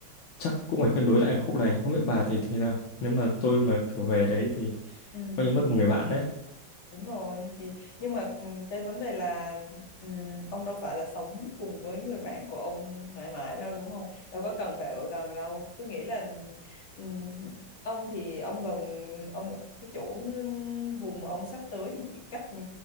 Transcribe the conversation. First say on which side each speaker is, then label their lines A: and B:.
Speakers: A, on the left (about 75°); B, on the left (about 55°).
A: chắc cũng phải cân đối lại khúc này không biết bà thấy thế nào nếu mà tôi mà kiểu về đấy thì
B: Ừ.
A: coi như mất một người bạn đấy
B: Đúng rồi thì nhưng mà ừ, cái vấn đề là ừ, ông đâu phải là sống cùng với người bạn của ông mãi mãi đâu đúng không? Đâu có cần phải ở gần đâu. Tôi nghĩ là ừ, ông thì ông gần ông cái chỗ vùng mà ông sắp tới thì chỉ cách ừ,